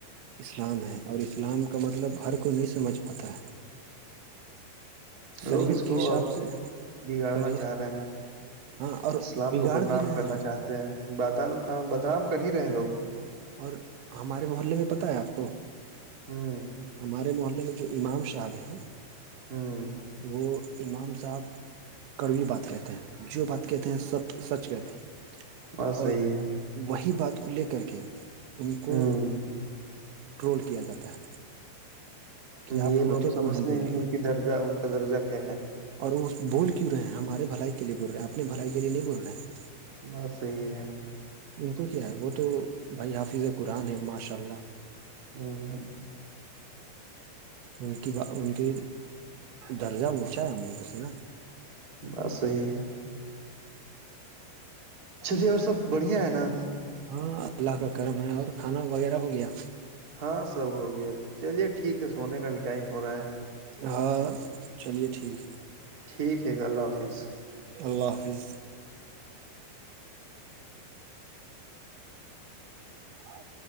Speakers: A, on the right (about 80°); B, on the right (about 25°).
A: اسلام ہے اور اسلام کا مطلب ہر کو نہیں سمجھ پاتا ہے شریعت
B: لوگ اس
A: کے
B: کو
A: حساب
B: اب
A: سے
B: بگاڑنا
A: شریعت
B: چاہ رہے ہیں
A: ہاں اور
B: اسلام
A: بگاڑ
B: کو بدنام
A: بھی رہے
B: کرنا
A: ہیں
B: چاہتے ہیں باد بدنام کر ہی رہے ہیں لوگ
A: اور ہمارے محلے میں پتہ ہے آپ کو
B: ہوں
A: ہمارے محلے میں جو امام صاحب ہیں
B: ہوں
A: وہ امام صاحب کڑوی بات کہتے ہیں جو بات کہتے ہیں سچ سچ کہتے ہیں
B: بس صحی
A: اور
B: ہے
A: وہی بات کو لے کر کے ان کو
B: ہوں
A: ٹرول کیا جاتا ہے کہ آپ
B: یہ لوگ
A: ہوتے
B: سمجھتے
A: کون بولنے
B: ہیں کہ ان
A: والے
B: کی درجہ ان کا درجہ کیا ہے
A: اور وہ بول کیوں رہے ہیں ہمارے بھلائی کے لیے بول رہے ہیں اپنے بھلائی کے لیے نہیں بول رہے ہیں
B: بس صحی ہے
A: ان کو کیا ہے وہ تو بھائی حافظ قرآن ہے ماشاء اللہ
B: ہمم
A: ان کی ان کے درجہ اونچا ہے ہم لوگوں سے نا
B: بس صحیح ہے چلیے اور سب بڑھیا ہے نا
A: ہاں اللہ کا کرم ہے اور کھانا وغیرہ ہو گیا
B: ہاں سب ہو گیا چلیے ٹھیک ہے سونے کا بھی ٹائم ہو رہا ہے
A: ہاں چلیے ٹھیک
B: ٹھیک ہے اللہ حافظ
A: اللہ حافظ اور